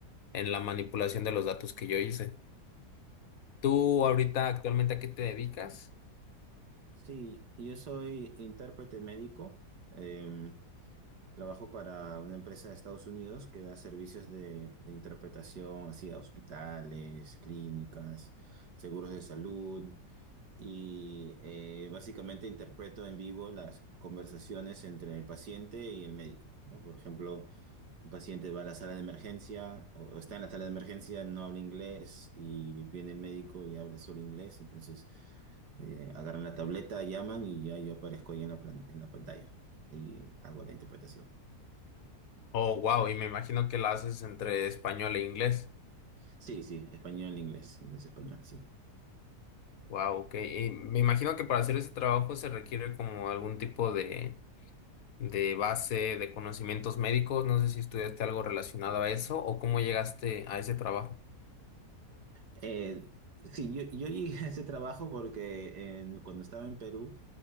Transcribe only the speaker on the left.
en la manipulación de los datos que yo hice. ¿Tú
ahorita actualmente a qué te dedicas?
Oh, wow, y me imagino que la haces entre español e inglés.
Wow, ok. Y me imagino que para hacer ese trabajo se requiere como algún tipo de, de base de conocimientos médicos. No sé si estudiaste algo relacionado a eso o cómo llegaste a ese trabajo.